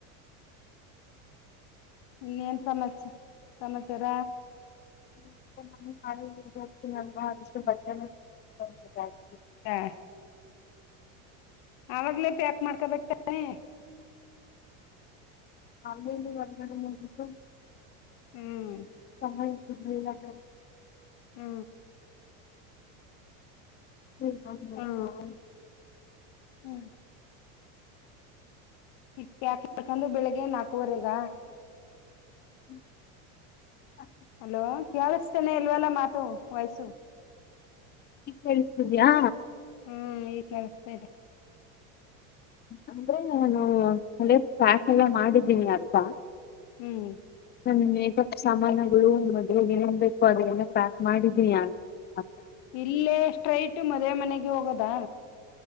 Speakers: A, on the left; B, on the left.
A: ಇನ್ನೇನ್ ಸಮಾಚ್ ಸಮಾಚಾರ?
B: <unintelligible> ನ ಅಷ್ಟು <unintelligible> <inaudible>
A: ಹಾ ಆವಾಗ್ಲೇ ಪ್ಯಾಕ್ ಮಾಡ್ಕೊಬೇಕ್ ತಾನೆ?
B: ಅಲ್ಲಿ ಇಲ್ಲಿ <unintelligible>
A: ಹ್ಮ್
B: ಸಮಯ ಸಿಗ್ಲಿಲ್ಲ <unintelligible>
A: ಹ್ಮ
B: <unintelligible>
A: ಹ್ಮ್ ಹ್ಮ್ <unintelligible> ತಕಂಡು ಬೆಳಿಗ್ಗೆ ನಾಕುವರೆಗ.
B: <inaudible>
A: ಹಲೋ ಕೇಳಿಸ್ತಾನೆ ಇಲ್ವಲ್ಲ ಮಾತು ವಾಯ್ಸು.
B: ಈಗ್ ಕೇಳಸ್ತಿದ್ಯಾ.
A: ಹ್ಮ ಈಗ್ ಕೇಳಸ್ತಾಯಿದೆ.
B: ಅಂದ್ರೆ ನಾನು ಅಂದ್ರೆ ಪ್ಯಾಕ್ ಎಲ್ಲ ಮಾಡಿದ್ದೀನಿ ಅರ್ದ.
A: ಹ್ಮ್
B: ನನ್ ಮೇಕಪ್ ಸಾಮಾನಗಳು ಮದ್ವೆಗೇನೇನ್ಬೇಕು ಅದೆಲ್ಲ ಪ್ಯಾಕ್ ಮಾಡಿದೀನಿ ಆ
A: ಇಲ್ಲೇ ಸ್ಟ್ರೈಟ್ ಮ ದ್ವೆ ಮನೆಗೆ ಹೋಗೋದಾ?